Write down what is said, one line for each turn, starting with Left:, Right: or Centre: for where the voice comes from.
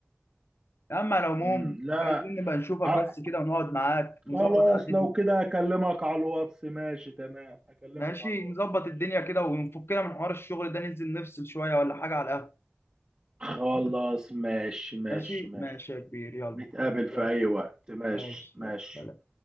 Left: اما على العموم
Right: مم. لا
Left: عايزين نبقى نشوفك
Right: ع-
Left: بس كده ونقعد معاك ونظبط
Right: خلاص
Left: قعدتنا
Right: لو كده اكلمك على الواتس ماشي تمام اكلمك
Left: ماشي
Right: على الواتس
Left: نظبط الدنيا كده ونفكنا من حوار الشغل ده ننزل نفصل شوية ولا حاجة على القهوة
Right: خلاص ماشي ماشي
Left: ماشي
Right: ماشي
Left: ماشي يا كبير يلا
Right: نتقابل في
Left: يلا،
Right: اي وقت ماشي
Left: ماشي
Right: ماشي
Left: يلا